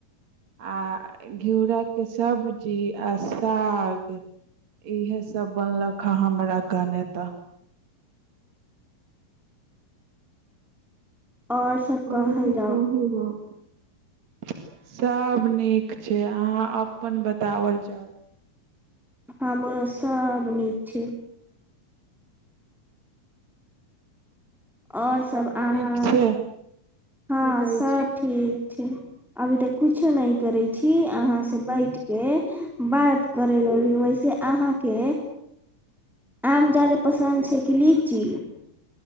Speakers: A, on the right; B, in the centre.
A: आ घिउराक के सब्जी आ साग इहेसभ बनलक हे हमरा कानता
B: और सब
A: आओर
B: कहल
A: ठीक
B: जाउ
A: ह सभ नीक छै अहाँ अपन बताओल जाउ
B: हमरो सभ नीक छै आओर सभ
A: सब ठीक
B: अहाँ
A: छै की
B: हँ
A: कहै
B: सभ
A: छी
B: ठीक छै अभी तऽ किछो नहि करै छी अहाँसँ बैठि कऽ बात करय रहली वैसे अहाँके आम जारे पसन्द छै कीची